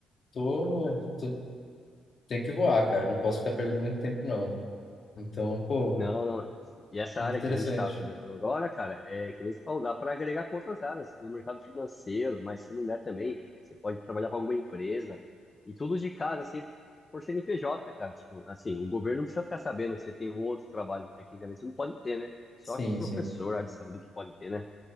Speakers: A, on the left; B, on the left.
A: tô, tô, tenho que voar, cara, não posso ficar perdendo muito tempo, não. Então, pô,
B: Não, não. E essa
A: muito
B: área
A: interessante.
B: que a gente está conversando agora, cara, é que nem se falou, dá para agregar com outras áreas, no mercado financeiro, mas se não der também, você pode trabalhar para alguma empresa. E tudo de casa, assim, por CNPJ, cara. Tipo, assim, o governo não precisa ficar sabendo que você tem um outro trabalho, tecnicamente, você não pode ter, né? Só
A: Sim,
B: acho que professor,
A: sim.
B: área de saúde que pode ter, né?